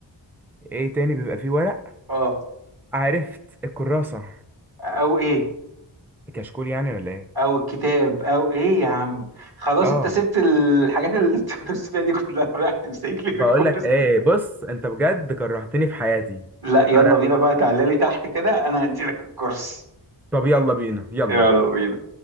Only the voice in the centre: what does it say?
إيه تاني بيبقى فيه ورق
عرفت الكراسة
الكشكول يعني ولا ايه
اه
بقول
لك ايه بص انت بجد كرهتني في حياتي
انا
طب يلا بينا يلا